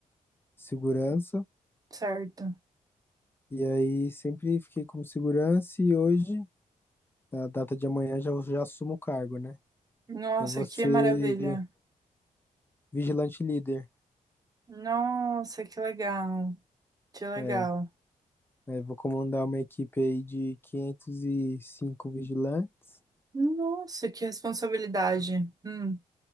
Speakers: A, on the left (about 15°); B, on the right (about 25°).
A: segurança.
B: certo.
A: E aí sempre fiquei como segurança e hoje, na data de amanhã, já, já assumo o cargo, né?
B: Nossa,
A: Eu vou ser
B: que maravilha.
A: vigilante líder.
B: Nossa, que legal, que legal.
A: É, é, vou comandar uma equipe aí de 505 vigilantes.
B: Nossa, que responsabilidade. Hum,